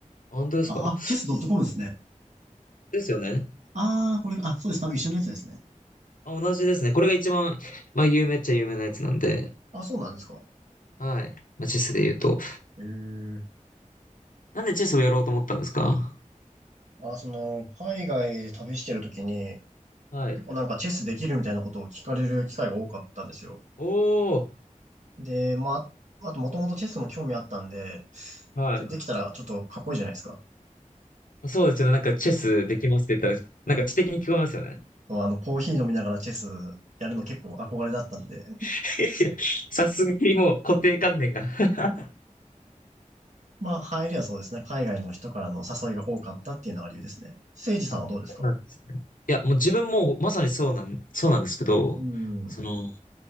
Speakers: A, on the left (about 90°); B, on the right (about 65°).
A: 本当ですか
B: あ、あチェス .com ですね。
A: ですよね。
B: あー、これ、あ、そうです。なんか一緒のやつですね。
A: あ、同じですね。これが一番、まあ、有名っちゃ有名なやつなんで。
B: あ、そうなんですか。
A: はい。まあ、チェスで言うと。
B: えー、
A: なんでチェスをやろうと思ったんですか
B: あ、その、海外旅してるときに、
A: はい。
B: 結構なんかチェスできるみたいなことを聞かれる機会が多かったんですよ。
A: おー。
B: で、まあ、あともともとチェスも興味あったんで、
A: はい。
B: ちょっとできたらちょっとかっこいいじゃないですか。
A: そうですよね。なんかチェスできますって言ったら、なんか知的に聞こえますよね。
B: まあの、コーヒー飲みながらチェスやるの結構憧れだったんで、
A: <laughs> いや、さすがにもう固定観念が <laughs>
B: まあ、入りはそうですね。海外の人からの誘いが多かったっていうのが理由ですね。せいじさんはどうですか
A: あ、そうなんですね。いや、もう自分もまさにそうなん、そうなんですけど、
B: うん。
A: その、